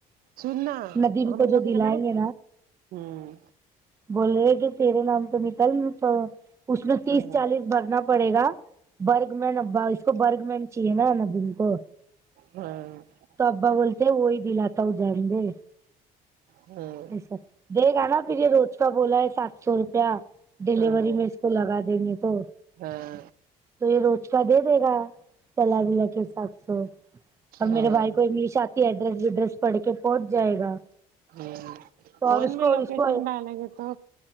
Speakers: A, on the right; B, on the right.
A: سننا
B: ندیم
A: ہم
B: کو جو
A: لوگ
B: دلائیں
A: ہیں نا
B: گے
A: ھممم
B: بول رہے کہ تیرے نام تو نکل تو اس نے تیس
A: ہاں
B: چالیس بھرنا پڑے گا برگ مین اب اس کو برگ مین چاہیے ندوی کو
A: ہاں ہاں
B: تو ابا بولتے ہیں وہی دلاتے ہو جان دے
A: ھمم
B: <unintelligible> دے گا نا پھر یہ روز کا بولا ہے سات سو روپیہ ڈیلیوری
A: ہاں
B: میں اس کو لگا دیں گے تو
A: ہاں
B: تو یہ روج کا دے دے گا تلا ولا کے حساب سے اور
A: ہاں
B: میرے بھائی کو انگلش آتی ایڈریس وڈریس پڑھ کے پہنچ جائے گا
A: ھممم
B: تو
A: فون
B: اور اس
A: میں
B: کو
A: لوکیشن
B: اس کو
A: ڈلگے تو